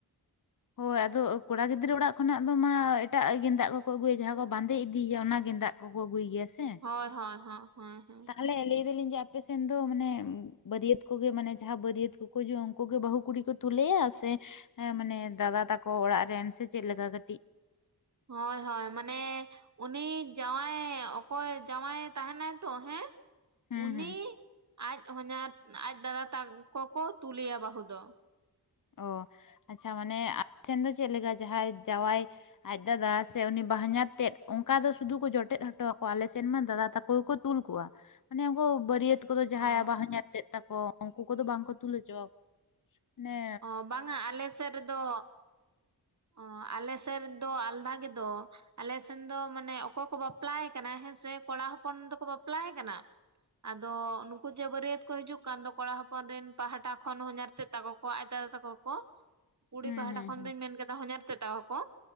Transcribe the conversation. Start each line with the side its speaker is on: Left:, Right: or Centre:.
Left: ᱦᱚᱭ ᱟᱫᱚ ᱠᱚᱲᱟ ᱜᱤᱫᱽᱨᱟᱹ ᱚᱲᱟᱜ ᱠᱷᱚᱱᱟᱜ ᱫᱚ ᱢᱟ ᱮᱴᱟᱜ ᱜᱮᱸᱫᱟᱜ ᱠᱚᱠᱚ ᱟᱹᱜᱩᱭᱟ ᱡᱟᱦᱟᱸ ᱠᱚ ᱵᱟᱸᱫᱮ ᱤᱫᱤᱭᱟ ᱚᱱᱟ ᱜᱮᱸᱫᱟᱜ ᱜᱳᱜᱳ ᱟᱹᱜᱩᱭ ᱜᱮᱭᱟ ᱥᱮ
Right: ᱦᱚᱭ ᱦᱚᱭ ᱦᱚᱸ ᱦᱚᱭ ᱦᱚᱸ
Left: ᱟᱞᱮ ᱞᱟᱹᱭ ᱮᱫᱟ ᱞᱤᱧ ᱡᱮ ᱟᱯᱮ ᱥᱮᱱ ᱫᱚ ᱢᱟᱱᱮ ᱵᱟᱹᱨᱭᱟᱹᱛ ᱠᱚ ᱜᱮ ᱢᱟᱱᱮ ᱡᱟᱦᱟᱸ ᱵᱟᱹᱨᱭᱟᱹᱛ ᱠᱚᱠᱚ ᱦᱤᱡᱩᱜᱼᱟ ᱩᱱᱠᱩ ᱜᱮ ᱵᱟᱹᱦᱩ ᱠᱩᱲᱤ ᱠᱚ ᱛᱩᱞᱟᱹᱭᱟ ᱥᱮ ᱢᱟᱱᱮ ᱫᱟᱫᱟ ᱛᱟᱠᱚ ᱚᱲᱟᱜ ᱨᱮᱱ ᱥᱮ ᱪᱮᱫ ᱞᱮᱠᱟ ᱠᱟᱹᱴᱤᱡ
Right: ᱦᱚᱭ ᱦᱚᱭ ᱢᱟᱱᱮᱼᱼ ᱩᱱᱤ ᱡᱟᱶᱟᱭ ᱚᱠᱚᱭ ᱡᱟᱶᱟᱭ ᱛᱟᱦᱮᱱᱟᱭ ᱛᱚ ᱦᱮᱸᱼᱼ
Left: ᱦᱩᱸ
Right: ᱩᱱᱤ
Left: ᱦᱩᱸ
Right: ᱟᱡ ᱦᱚᱧᱦᱟᱨ ᱟᱡ ᱫᱟᱫᱟ ᱛᱟᱠᱚ ᱠᱚ ᱛᱩᱞᱮᱭᱟ ᱵᱟᱹᱦᱩ ᱫᱚ,
Left: ᱚ ᱟᱪᱪᱷᱟ ᱢᱟᱱᱮ ᱟᱯᱮ ᱥᱮᱱ ᱫᱚ ᱪᱮᱫ ᱞᱮᱠᱟ ᱡᱟᱦᱟᱸᱭ ᱡᱟᱶᱟᱭᱼᱼ ᱟᱡ ᱫᱟᱫᱟ ᱥᱮ ᱩᱱᱤ ᱵᱟ-ᱦᱚᱧᱦᱟᱨ ᱛᱮᱫ ᱚᱱᱠᱟ ᱫᱚ ᱥᱩᱫᱷᱩ ᱠᱚ ᱡᱚᱴᱮᱫ ᱦᱚᱴᱚ ᱟᱠᱚᱣᱟ ᱟᱞᱮ ᱥᱮᱱ ᱢᱟ ᱫᱟᱫᱟ ᱛᱟᱠᱚ ᱜᱮ ᱠᱚᱼᱼ ᱛᱩᱞ ᱠᱚᱣᱟ ᱢᱟᱱᱮ ᱩᱱᱠᱩ ᱵᱟᱹᱨᱭᱟᱹᱛᱼᱼ ᱩᱱᱠᱩ ᱠᱚ ᱫᱚ ᱡᱟᱦᱟᱸᱭ
Right: ᱚ
Left: ᱵᱟᱼᱦᱚᱧᱦᱟᱨ ᱛᱮᱫ ᱛᱟᱠᱚ ᱩᱱᱠᱩ ᱠᱚ ᱫᱚ ᱵᱟᱝ ᱠᱚ ᱛᱩᱞ ᱦᱚᱪᱚ ᱟᱠᱚ ᱢᱟᱱᱮᱼᱼ
Right: ᱚ ᱵᱟᱝᱟ ᱟᱞᱮ ᱥᱮᱫ ᱨᱮ ᱫᱚᱼᱼ ᱚ ᱟᱞᱮ ᱥᱮᱫ ᱨᱮ ᱫᱚ ᱟᱞᱫᱷᱟ ᱜᱮ ᱫᱚ, ᱟᱞᱮ ᱥᱮᱱ ᱫᱚ ᱢᱟᱱᱮ ᱚᱠᱚᱭ ᱠᱚ ᱵᱟᱯᱞᱟᱭ ᱠᱟᱱᱟ ᱦᱮᱸ ᱥᱮ ᱠᱚᱲᱟ ᱦᱚᱯᱚᱱ ᱫᱚ ᱠᱚ ᱵᱟᱯᱞᱟᱭ ᱠᱟᱱᱟ, ᱟᱫᱚ ᱱᱩᱠᱩ ᱡᱮ ᱵᱟᱹᱨᱭᱟᱹᱛ ᱠᱚ ᱦᱤᱡᱩᱜ ᱠᱟᱱ ᱫᱚ ᱠᱚᱲᱟ ᱦᱚᱯᱚᱱ ᱨᱤᱱ ᱯᱟᱦᱟᱴᱟ ᱠᱷᱚᱱ ᱦᱚᱧᱦᱟᱨ ᱛᱮᱫ ᱛᱟᱠᱚᱼᱼ ᱠᱚᱣᱟᱜ ᱟᱡ ᱫᱟᱫᱟ ᱛᱟᱠᱚ ᱠᱚ ᱠᱩᱲᱤ
Left: ᱦᱩᱸ
Right: ᱯᱟᱦᱴᱟ
Left: ᱦᱩᱸ
Right: ᱠᱷᱚᱱ
Left: ᱦᱩᱸ
Right: ᱫᱩᱧ ᱢᱮᱱ ᱠᱮᱫᱟ ᱦᱚᱧᱦᱟᱨ ᱛᱮᱫ ᱛᱟᱠᱚ ᱠᱚ᱾